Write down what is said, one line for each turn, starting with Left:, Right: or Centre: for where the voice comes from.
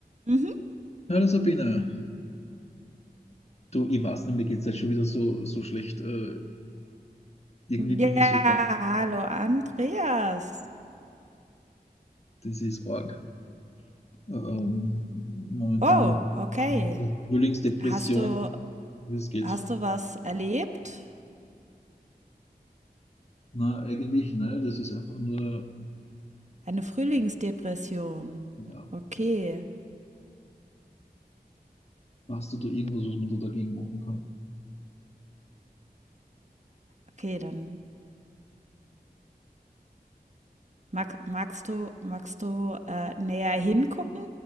Right: Mhm.
Left: Hallo Sabina, Du, ich weiß nicht, mir geht es jetzt schon wieder so, so schlecht. Äh, irgendwie bin
Right: Ja,
Left: ich so da.
Right: hallo Andreas.
Left: Das ist arg. Ähm, momentan
Right: Oh, okay.
Left: in dieser Frühlingsdepression,
Right: Hast du,
Left: wie es geht.
Right: hast du was erlebt?
Left: Na, eigentlich, ne? Das ist einfach nur,
Right: Eine Frühlingsdepression.
Left: ja,
Right: Okay,
Left: hast du da irgendwas, was man da dagegen machen kann?
Right: okay, dann mag, magst du, magst du äh, näher hingucken